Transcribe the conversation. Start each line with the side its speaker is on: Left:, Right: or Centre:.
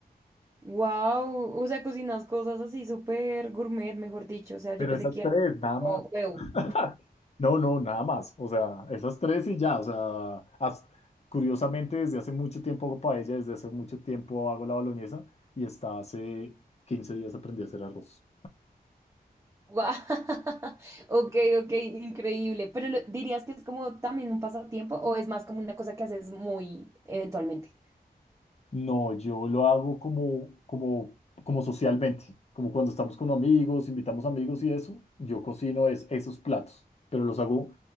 Right: Wow, o sea, cocinas cosas así súper gourmet, mejor dicho. O sea, yo
Left: Pero
Right: pensé
Left: esas
Right: que
Left: tres,
Right: era
Left: nada
Right: como
Left: más.
Right: huevo.
Left: <laughs> No, no, nada más. O sea, esas tres y ya. O sea, as- curiosamente desde hace mucho tiempo hago paella, desde hace mucho tiempo hago la boloñesa y hasta hace 15 días aprendí a hacer arroz.
Right: Guau. <laughs> Ok, ok, increíble. Pero lo- ¿dirías que es como también un pasatiempo o es más como una cosa que haces muy eventualmente?
Left: No, yo lo hago como, como, como socialmente, como cuando estamos con amigos, invitamos amigos y eso, yo cocino es, esos platos, pero los hago,